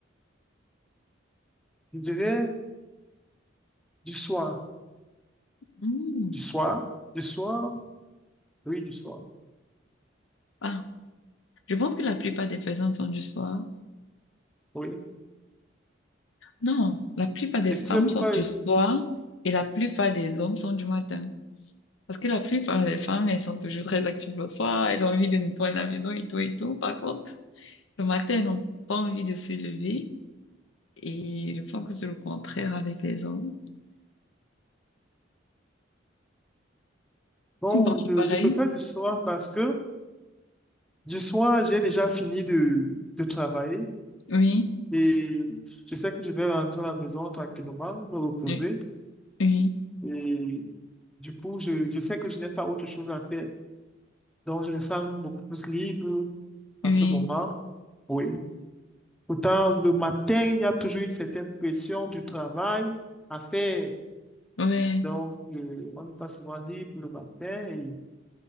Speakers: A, in the centre; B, on the left (about 80°).
A: Je dirais du soir.
B: Hum,
A: Du soir? Du soir? Oui, du soir.
B: Ah. Je pense que la plupart des personnes sont du soir.
A: Oui.
B: Non, la plupart des
A: Est-ce
B: femmes
A: que c'est pourquoi...
B: sont du soir et la plupart des hommes sont du matin. Parce que la plupart des femmes, elles sont toujours très actives le soir, elles ont envie de nettoyer la maison et tout et tout. Par contre, le matin, elles n'ont pas envie de se lever et je pense que c'est le contraire avec les hommes.
A: Bon,
B: Tu me penses
A: je,
B: pareil?
A: je préfère du soir parce que du soir, j'ai déjà fini de, de travailler.
B: Oui,
A: Et je sais que je vais rentrer à la maison tranquillement, me reposer.
B: oui, oui,
A: Et du coup, je, je sais que je n'ai pas autre chose à faire. Donc, je me sens beaucoup plus libre en
B: oui,
A: ce moment. Oui. Pourtant, le matin, il y a toujours une certaine pression du travail à faire.
B: ouais,
A: Donc, euh, on n'est pas souvent libre le matin et,